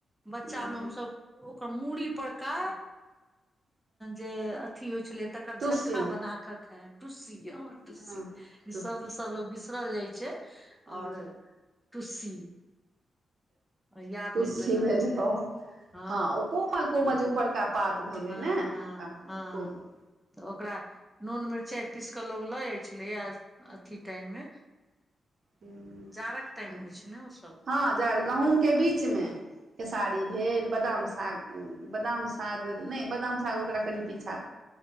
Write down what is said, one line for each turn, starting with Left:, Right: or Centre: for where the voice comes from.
Centre: बच्चा
Right: हँ
Centre: मे हमसब ओकर मूड़ी परका जे अथी होइ छलै तक तकर झक्का
Right: तुलसी
Centre: बनाक खाय टुस्सी हँ टुस्सी
Right: हँ
Centre: ई
Right: तुलसी
Centre: शब्द सब लोग बिसरल जाय छै
Right: हँ
Centre: आओर टुस्सी याद
Right: तुलसी
Centre: नहि पड़ि रहल
Right: भेलै
Centre: छलै
Right: ओ
Centre: हँ
Right: ओ कोमल कोमल जे ऊपरका पात भेलै
Centre: हँ
Right: ने नवका
Centre: हँ हँ
Right: कोमल
Centre: तऽ ओकरा नून मिरचाइ पीस कऽ लोक लऽ जाइ छलैए अथी टाइममे
Right: हँ
Centre: जाड़क टाइममे होइ छै ने ओसभ
Right: हँ जार गहूँंम के बीच मे खेसारी भेल बादाम साग बादाम साग नहि बादाम साग ओकरा कनी पीछा